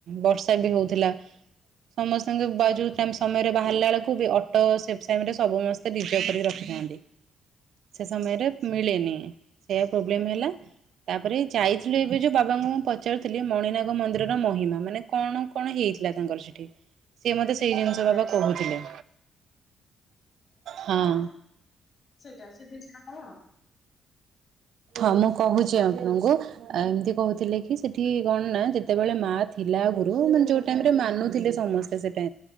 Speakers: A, on the right; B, on the left.
A: ବର୍ଷା ବି ହଉ ଥିଲା ସମସ୍ତଙ୍କ ସମୟରେ ବାହାରିଲା ବେଳକୁ ବି ଅଟୋ ଟାଇମରେ ସବୁ ସମସ୍ତେ ରିଜର୍ଭ କରିକି ରଖିଥାନ୍ତି। ସେ ସମୟରେ ମିଳେନି ସେୟା ପ୍ରୋବ୍ଲେମ ହେଲା। ତାପରେ ଯାଇଥିଲୁ ଏବେ ଯଉଁ ବାବାଙ୍କୁ ମୁଁ ପଚାରୁଥିଲି ମଣିନାଗ ମନ୍ଦିରର ମହିମା ମାନେ କଣ? କଣ ହେଇଥିଲା ତାଙ୍କର ସେଠି ସିଏ ମତେ ସେଇ ଜିନିଷ ବାବା
B: ଆଜ୍ଞା
A: କହୁଥିଲେ। ହଁ।
B: କଣ ସେଟା ସେ ଦିନିଶଟା କଣ?
A: ହଁ ମୁଁ କହୁଛି ଆପଣଙ୍କୁ। ଆ ଏମିତି କହୁଥିଲେ କି ସେଠି କଣ ନା ଯେତେବେଳେ ମା ଥିଲା ଆଗୁରୁ ମାନେ ଯୋଉ ଟାଇମ ରେ ମାନୁଥିଲେ ସମସ୍ତେ। ସେ